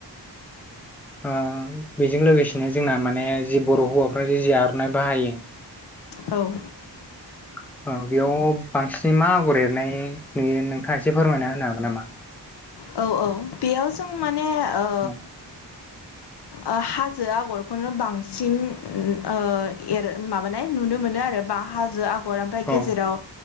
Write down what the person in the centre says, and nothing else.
ओक्षबेजों लोगोसेनो जोंना माने जि बर' हौवाफोरा जि आर'नाइ बाहायो
<inaudible> औ बेयाव बांसिनै मा आगर एरनाय नुयो नोंथाङा एसे फोरमायना होनो हागोन नामा?
औ
औ